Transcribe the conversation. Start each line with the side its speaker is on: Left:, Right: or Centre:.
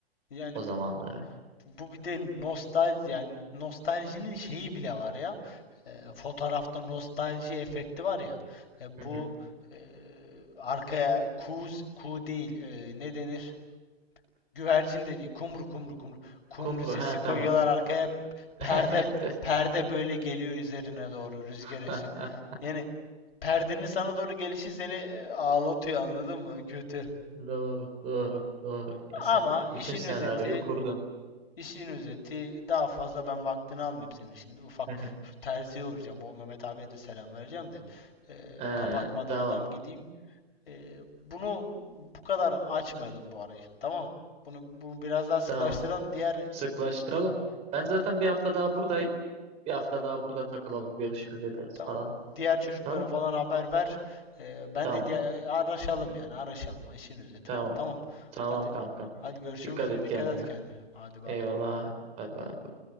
Left: Yani
Right: o zamanları.
Left: Bu bir de nostal yani nostaljinin şeyi bile var ya. E, fotoğrafta nostalji efekti var ya. E,
Right: Hı
Left: bu
Right: hı.
Left: e, arkaya kuğu, kuğu değil e, ne denir? Güvercin de Kumru kumru kumru. Kumru
Right: Kumru
Left: sesi
Right: he
Left: koyuyorlar
Right: tamam.
Left: arkaya. Perde
Right: <laughs> Evet.
Left: perde böyle geliyor üzerine doğru rüzgar
Right: <laughs>
Left: esiyor. Yani perdenin sana doğru gelişi seni e, ağlatıyor anladın mı? Kötü.
Right: Doğru doğru doğru. Ya sen
Left: Ama işin
Right: bütün senaryoyu
Left: özeti
Right: kurdun.
Left: İşin özeti daha fazla ben vaktini almayayım senin. Şimdi ufak
Right: Hı hı.
Left: şu terziye uğrayacağım. O Mehmet abiye de selam vereceğim de eee,
Right: Ee,
Left: kapatmadan
Right: tamam
Left: adam gideyim. Eee, bunu bu kadar açmayalım bu arayı. Tamam. Bunu, bunu biraz daha sıklaştıralım.
Right: tamam.
Left: Diğer
Right: Sıklaştıralım. Ben zaten bir hafta daha buradayım. Bir hafta daha burada takılalım. Görüşürüz ederiz
Left: tamam.
Right: falan.
Left: Diğer çocuklara
Right: Tamam.
Left: falan haber ver. Eee, ben
Right: Tamam.
Left: de diğer, araşalım yani araşalım. İşin özeti
Right: Tamam.
Left: bu. Tamam.
Right: Tamam
Left: Hadi
Right: kankam.
Left: hadi
Right: Di-
Left: görüşmek
Right: Dikkat
Left: üzere.
Right: et
Left: Dikkat
Right: kendine.
Left: et kendine. Hadi bay
Right: Eyvallah.
Left: bay.
Right: Bay bay.